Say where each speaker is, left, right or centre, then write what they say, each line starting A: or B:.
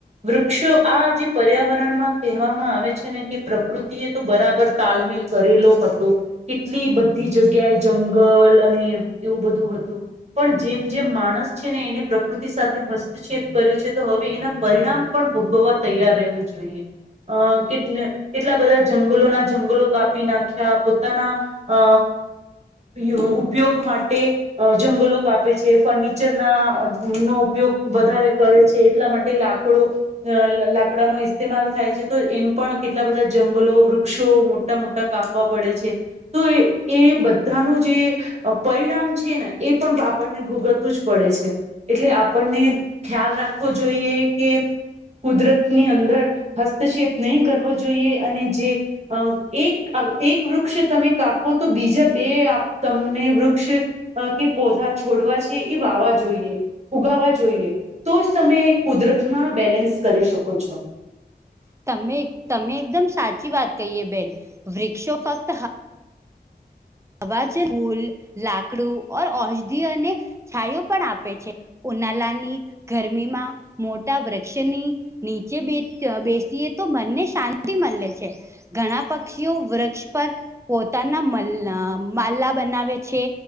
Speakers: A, on the right; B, on the right.
A: વૃક્ષો આ જે પર્યાવરણમાં કહેવામાં આવે છે, ને કે પ્રકૃતિ એ તો બરાબર તાલમેલ કરેલો હતો. કેટલી બધી જગ્યાએ જંગલ અને એવું બધું હતું પણ જેમ જેમ માણસ છે, એને એને પ્રકૃ સાથે હસ્તક્ષેપ કર્યો છે, તો હવે એના પરિણામ પણ ભોગવવા તૈયાર રહેવું જોઈએ અ કેટ કેટલા બધા જંગલોના જંગલો કાપી નાખ્યા પોતાના અ <unintelligible> ઉપયોગ માટે અ જંગલો કાપે છે, ફર્નિચરના નો ઉપયોગ વધારે કરે છે, એટલા માટે લાકડો અ લાકડાનો ઇસ્તેમાલ થાય છે, તો એમ પણ કેટલા બધા જંગલો વૃક્ષો મોટા મોટા કાપવા પડે છે, તો એ એ બધાનું જે પરિણામ છે, ને એ પણ આપણને ભોગતવું જ પડે છે. એટલે આપણને ખ્યાલ રાખવો જોઈએ કે કુદરતની અંદર હસ્તક્ષેપ નહીં કરવો જોઈએ અને જે અ એક એક વૃક્ષ તમે કાપો, તો બીજા બે તમને વૃક્ષ... અ કે પૌધા છોડવા છે, એ વાવા જોઈએ. ઉગાવવા જોઈએ. તો જ તમે કુદરતમાં બેલેન્સ કરી શકો છો.
B: તમે તમે એકદમ સાચી વાત કહી છે બેન. વૃક્ષો ફક્ત... અવાજ ફૂલ, લાકડું, ઔષધી અને..... છાંયો પણ આપે છે. ઉનાળાની ગરમીમાં મોટા વૃક્ષની... નીચે બેસીએ તો મનને શાંતિ મળે છે. ઘણા પક્ષીઓ વૃક્ષ પર પોતાના માળા બનાવે છે.